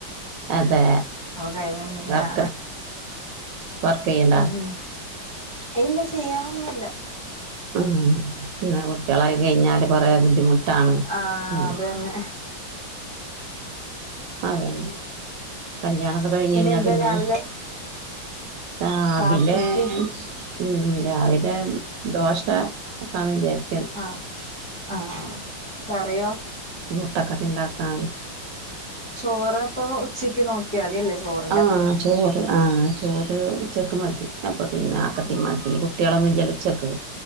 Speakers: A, on the right; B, in the centre.
A: അതെ
B: അപ്പൊ കഴിഞ്ഞു മുന്നേ
A: വർക്ക്
B: ആണ്
A: വർക്ക് ചെയ്യണ്ടാ
B: ഉം ഇല്ല ചെയ്യ്ണൊന്നുല്ല
A: ആഹ് പിന്നെ കുട്ടിയാളായി കഴിഞ്ഞാല് കൊറേ ബുദ്ധിമുട്ടാണ്
B: ആഹ്
A: മ്
B: അത് തന്നെ
A: അതെന്നെ കല്യാണൊക്കെ കഴിഞ്ഞ്കഴിഞ്ഞാ
B: എന്താ
A: പിന്നെ
B: രാവിലെ
A: രാവിലെ
B: കാപ്പിക്ക്
A: ഉം രാവിലെ ദോശ ആക്കാന്ന് വിചാരി
B: ആഹ് ആഹ് കറിയോ
A: മുട്ട കറി ഇണ്ടാക്കാൻ
B: ചോറപ്പൊ ഉച്ചക്ക് നോക്കിയാതിയല്ലേ ചോറ
A: ആഹ് ചോറ് ആഹ് ചോറ് ഉച്ചക്ക് മതി അപ്പപിന്നെ ആക്കത്തിൻ
B: ഉം
A: മതി കു കുട്ടിയാളൊന്നുല്ലല്ലോ ഉച്ചക്ക്